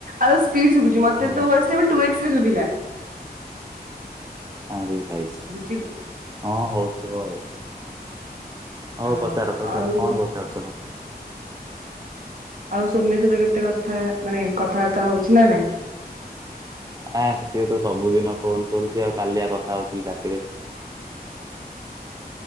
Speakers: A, on the right (about 55°); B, on the right (about 20°).
A: ଆଉ ସ୍ପଡି ଶୁଭୁଚି ମତେ
B: ହଉ
A: ତୋ ବୟସ ଟା ବି ଟୁ ଏସରେ ଶୁଭିଲା
B: ଆରେ ହାଇଛି
A: ବୁଝିଲୁ
B: ହଁ ହଉଥିବ ଆଉ ହଉ
A: ହଁ
B: ପଚାର ପଚାର
A: ଆଉ
B: କଣ ପଚାରୁଛ ପଚାର
A: ଆଉ ସୋମ୍ୟ ସହିତ କେତେ କଥା ମାନେ କଥାବାର୍ତ୍ତା ହଉଛି ନା ନାଇଁ
B: ଆ ସିଏ ତ ସବୁଦିନ ଫୋନ କରୁଛି ଆଉ କାଲିଆ କଥା ହଉଥିଲି ରାତିରେ
A: <inaudible>